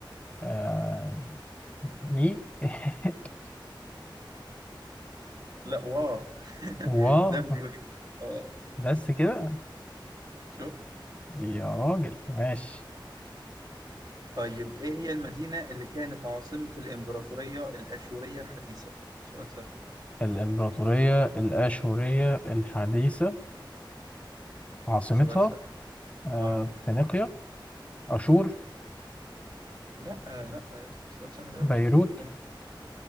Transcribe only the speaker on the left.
آه... ني <laughs>
و
بس كده
يا راجل ماشي
الإمبراطورية الآشورية الحديثة عاصمتها
آه،
فينيقيا أشور
بيروت